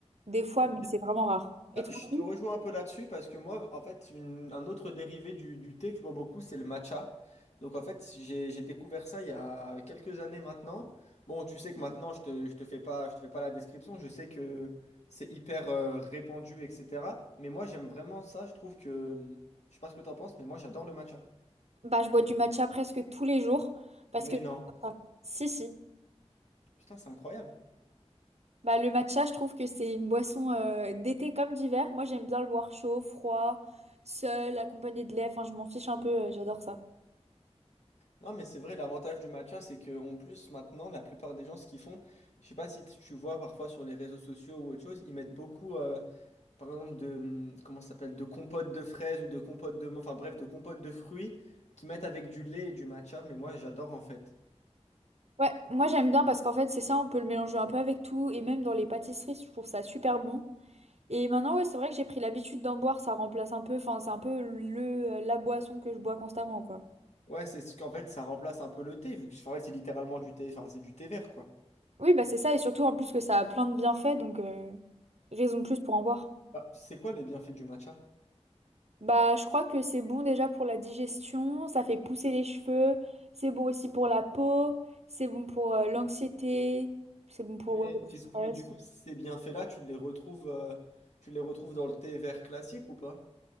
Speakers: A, on the right; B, on the left.
A: Des fois,
B: Ok.
A: mais c'est vraiment rare. Et
B: Ah,
A: toi,
B: Je
A: en plus
B: te rejoins un peu là-dessus parce que moi, en fait, une- un autre dérivé du, du thé que je bois beaucoup, c'est le matcha. Donc, en fait, j'ai, j'ai découvert ça il y a quelques années maintenant. Bon, tu sais que maintenant, je te, je te fais pas, je te fais pas la description. Je sais que c'est hyper euh, répandu, etc. Mais moi, j'aime vraiment ça. Je trouve que, je sais pas ce que t'en penses, mais moi, j'adore le matcha.
A: Bah, je bois du matcha presque tous les jours parce
B: Mais
A: que...
B: non.
A: enfin, si, si.
B: Putain, c'est incroyable.
A: Bah, le matcha, je trouve que c'est une boisson euh, d'été comme d'hiver. Moi, j'aime bien le boire chaud, froid, seul, accompagné de lait. Enfin, je m'en fiche un peu, euh, j'adore ça.
B: Non, mais c'est vrai, l'avantage du matcha, c'est que en plus, maintenant, la plupart des gens, ce qu'ils font, je sais pas si tu tu vois parfois sur les réseaux sociaux ou autre chose, ils mettent beaucoup, euh, par exemple, de, hum, comment ça s'appelle, de compote de fraises ou de compote de, enfin bref, de compote de fruits qu'ils mettent avec du lait et du matcha, mais moi, j'adore en fait.
A: Ouais, moi j'aime bien parce qu'en fait, c'est ça, on peut le mélanger un peu avec tout. Et même dans les pâtisseries, je trouve ça super bon. Et maintenant, ouais, c'est vrai que j'ai pris l'habitude d'en boire, ça remplace un peu, enfin, c'est un peu le, euh, la boisson que je bois constamment, quoi.
B: Ouais, c'est ce qu'en fait, ça remplace un peu le thé, vu que en fait, c'est littéralement du thé, enfin, c'est du thé vert, quoi.
A: Oui, bah c'est ça, et surtout en plus que ça a plein de bienfaits, donc euh, raison de plus pour en boire.
B: Ah, c'est quoi les bienfaits du matcha?
A: Bah, je crois que c'est bon déjà pour la digestion, ça fait pousser les cheveux, c'est bon aussi pour la peau, c'est bon pour euh, l'anxiété, c'est bon pour
B: Mais,
A: ouais, le stress.
B: est-ce- mais du coup, ces bienfaits-là, tu les retrouves, euh, tu les retrouves dans le thé vert classique ou pas?